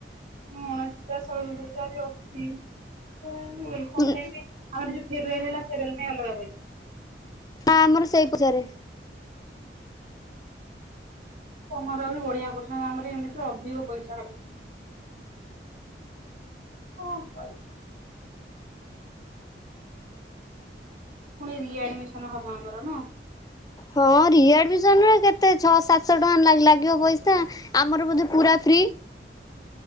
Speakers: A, on the right (about 45°); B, on the left (about 20°).
A: ଗଣେଶ ପୂଜା ସରସ୍ବତୀ ପୂଜା ଆହୁରି ଅଛି। ତମ
B: ହୁଁ
A: ପାଇଁକି ଆମର ଯୋଉ ଫେରୱଲ ହେଲା ଫେରୱଲ ପାଇଁ ଅଲଗା ପଇସା।
B: ହଁ ଆମର ସେଇ ପୂଜାରେ।
A: ତମର ବି ବଢିଆ କରୁଚନ୍ତି ଆମର ଏମିତିରେ ଅଧିକ ପଇସା ଖାଲି। କଁ କହିବି? ପୁଣି ରିଆଡ୍ମିସନ୍ ହବ ଆମର ନା।
B: ହଁ ରିଆଡ୍ମିସନରେ କେତେ ଛଅ ସାତଶହ ଟଙ୍କା ଲାଗିବ ପଇସା। ଆମର ବୋଧେ ପୁରା ଫ୍ରି।